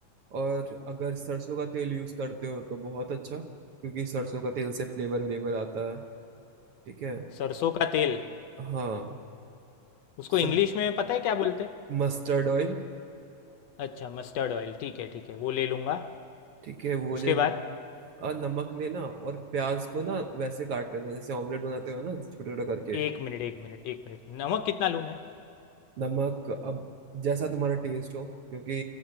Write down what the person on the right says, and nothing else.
और अगर सरसों का तेल यूज करते हो तो बहुत अच्छा क्योंकि सरसों का तेल से फ्लेवर व्लेवर आता है ठीक है
हाँ
सर
Mustard oil
ठीक है वो
ले लेना
और नमक लेना और प्याज को ना वैसे काट लेना जैसे ऑमलेट बनाते हो ना छोटे छोटे करके
नमक अब जैसा तुम्हारा टेस्ट हो क्योंकि